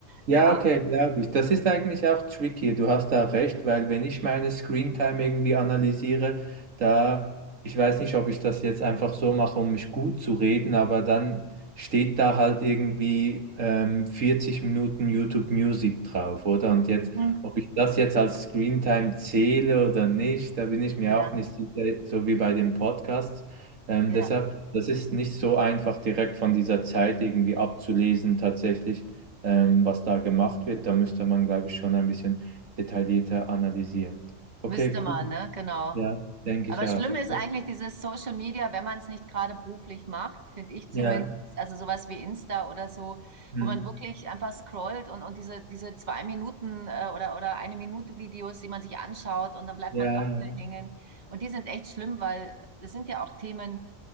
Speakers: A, on the right; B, on the right.
A: Ja,
B: Ja.
A: okay, glaube ich. Das ist eigentlich auch tricky. Du hast da recht, weil wenn ich meine Screentime irgendwie analysiere, da, ich weiß nicht, ob ich das jetzt einfach so mache, um mich gut zu reden, aber dann steht da halt irgendwie ähm, 40 Minuten YouTube Music drauf, oder? Und jetzt,
B: Mhm.
A: ob ich das jetzt als Screentime zähle oder nicht, da bin ich mir
B: Ja,
A: auch nicht sicher, so wie bei den Podcasts. Ähm,
B: ja.
A: deshalb, das ist nicht so einfach direkt von dieser Zeit irgendwie abzulesen tatsächlich ähm, was da gemacht wird. Da müsste man, glaube ich, schon ein bisschen detaillierter analysieren. Okay,
B: Müsste man,
A: cool.
B: ne? Genau.
A: Ja, denke
B: Aber
A: ich auch.
B: schlimm
A: Okay.
B: ist eigentlich dieses Social Media, wenn man es nicht gerade beruflich macht, finde ich zumindest.
A: Ja.
B: Also sowas wie Insta oder so,
A: Hm.
B: wo man wirklich einfach scrollt und, und diese, diese zwei Minuten äh, oder, oder eine Minute Videos, die man sich anschaut und dann bleibt
A: Ja,
B: man doch
A: ja,
B: wieder hängen. Und die sind echt schlimm, weil das sind ja auch Themen,